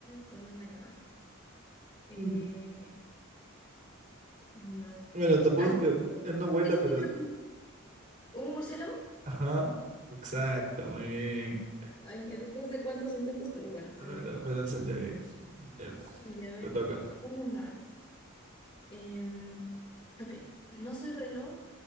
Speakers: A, on the left; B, on the right.
A: con un animal. Eh,
B: Mm,
A: no.
B: Bueno, tampoco
A: Ay,
B: es que él no vuela,
A: sí, sí,
B: pero
A: sí, creo que sí. ¿Un murciélago?
B: Ajá, exacto, muy bien.
A: Ay, ya después de cuántos intentos, pero bueno, salió
B: bueno,
A: bien.
B: pero salió bien. Ya,
A: Mm, Y a ver,
B: te toca.
A: uno más. Em, ok. No soy reloj,